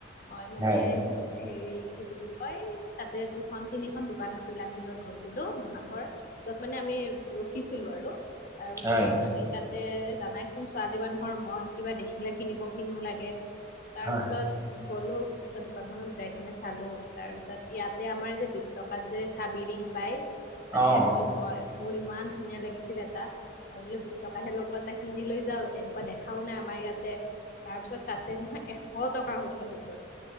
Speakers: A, on the left; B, on the right.
A: মই মানে
B: হয়
A: - হেৰি কি বুলি কয় তাতে দুখন তিনিখন দোকান আছিল আমি যত গৈছিলো মানাসৰ - যত মানে আমি ৰখিছিলো আৰু তাৰপিছত
B: হয়
A: আমি তাতে - জানাই চোন ছোৱালী মানুহৰ মন কিবা দেখিলে কিনিব কিনিও লাগে। তাৰপিছত
B: হয়
A: - গ'লো তাপিছত দোকানখনত যাই কিননে চালো। তাৰ পিছত ইয়াতে আমাৰ যে বি - বিশ টকাত যে চাবি ৰিং পাই - তাতে
B: অ',
A: বোলো মই মোৰ ইমান ধুনীয়া লাগিছিল এটা মই বোলো বিশ টকাহে ল'ব এটা কি - কিনি লৈ যাও এনেকুৱা দেখাও নাই আমাৰ ইয়াতে - তাৰ পিছত তাতে নহয় এশ টকা কৈছে সেইটোত।